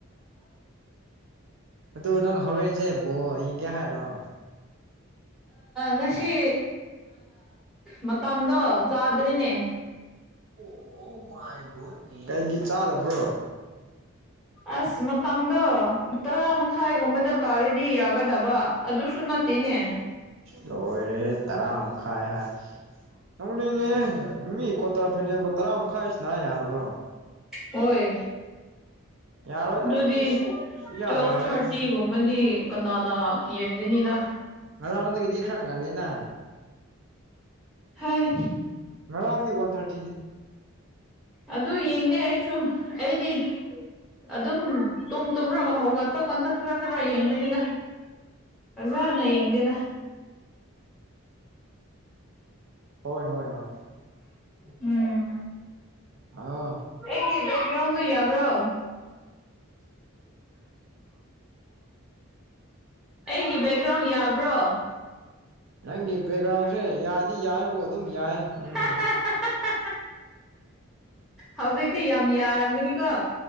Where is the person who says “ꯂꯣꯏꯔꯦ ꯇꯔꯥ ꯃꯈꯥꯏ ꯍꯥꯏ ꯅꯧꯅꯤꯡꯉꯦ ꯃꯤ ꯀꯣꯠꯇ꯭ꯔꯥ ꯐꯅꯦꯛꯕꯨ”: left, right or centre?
Right